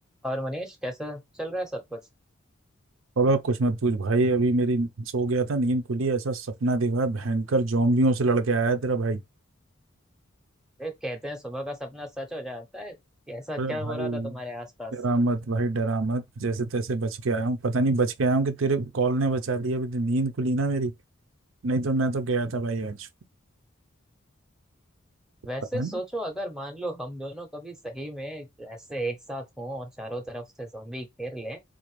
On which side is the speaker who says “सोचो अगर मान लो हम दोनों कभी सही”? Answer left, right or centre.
Centre